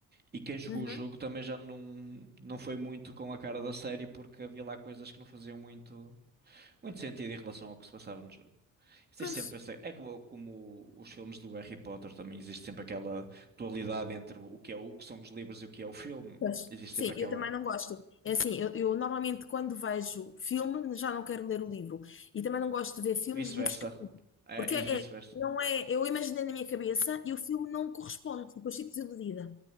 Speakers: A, on the right (about 30°); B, on the left (about 35°).
A: E quem jogou
B: Uhum.
A: o jogo também já não, não foi muito com a cara da série, porque havia lá coisas que não faziam muito, muito sentido em relação ao que se passava no jogo. Existe
B: pois,
A: sempre essa, é como, como os filmes do Harry Potter também existe sempre aquela dualidade entre o que é o o que são os livros e o que é o filme.
B: pois.
A: Existe
B: Sim,
A: sempre aquela
B: eu também não gosto. É assim, eu, eu normalmente quando vejo filme já não quero ler o livro. E também não gosto de ver filmes
A: vice-versa.
B: de livros que eu li.
A: É,
B: Porque
A: e
B: é,
A: vice-versa.
B: não é, eu imaginei na minha cabeça e o filme não corresponde, depois fico desiludida.